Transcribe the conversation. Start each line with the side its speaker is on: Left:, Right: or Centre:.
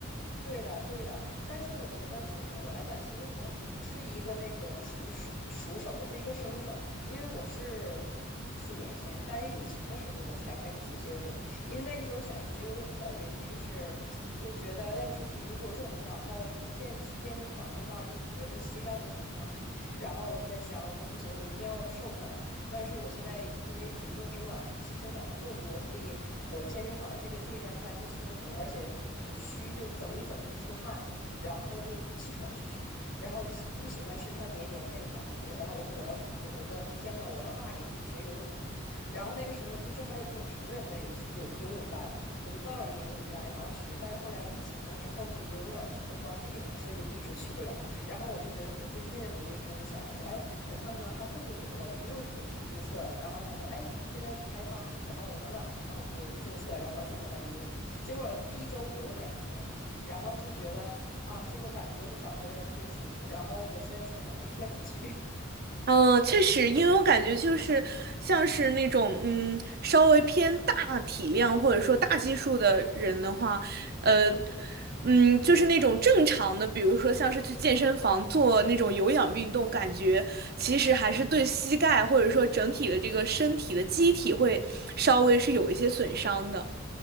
Left: 对的对的。但是我觉得，就是对我来讲，其实我不是一个那个熟熟熟手，我是一个生手，因为我是四年前，就大约疫情的时候，我才开始学习游泳。因为那个时候想学游泳的原因是，就觉得那个时候体重过重，然后健去健身房的话，就觉得膝盖会很疼。然后我就在想，我说不行，我一定要瘦下来。但是我现在因为体重增长增长的过多，所以我健身房这个这招看来是行不通的，而且很虚，就走一走就出汗，然后就气喘吁吁，然后就不喜欢身上黏黏的那个感觉。然后我说我要怎么做？我说天呐，我要大龄去学游泳嘛。然后那个时候就正好有这种成人的游戏游游泳班，我就报了这个游泳班，然后学。但是后来疫情了之后，就游泳馆全都关闭了嘛，所以就一直去不了。然后我就觉得，我最近我就开始想，我说，哎，我看看还会不会游了，我就又回去注册了。然后他说，哎，现在是开放的。然后我说，那好，那我就注册。然后接下来游泳，结果第一周游了两天，然后就觉得啊，这个感觉找回来了，特别舒服。然后我现在基本上每天都去。<laughs>
Right: 嗯，确实，因为我感觉就是像是那种嗯，稍微偏大体量或者说大基数的人的话，呃，
Left: 嗯，
Right: 嗯，就是那种正常的，比如说像是去健身房做那种有氧运动，感觉其实还是对膝盖或者说整体的这个身体的机体会稍微是有一些损伤的。